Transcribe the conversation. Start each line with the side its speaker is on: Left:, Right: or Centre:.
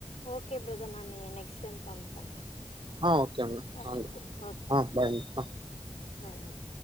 Left: ஓக்கே பிரதர் இப்போ ம். நெக்ஸ்ட் டைம் கமீட் பண்றன்
Right: ஆ ஓகேங்க
Left: ஓக்கே
Right: வாங்க
Left: ஓக்கே
Right: ஆ பாய்ங்க ஆ
Left: பாய் பாய்